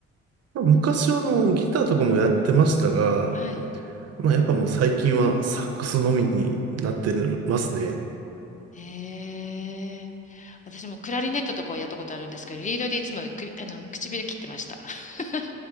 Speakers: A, on the right (about 55°); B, on the left (about 25°).
A: まあ昔はあのギターとかもやってましたが、
B: はい。
A: まあやっぱもう最近はサックスのみになってますね。
B: ええ私もクラリネットとかをやったことあるんですけど、リードでいつも首あの、唇切ってました。<laughs>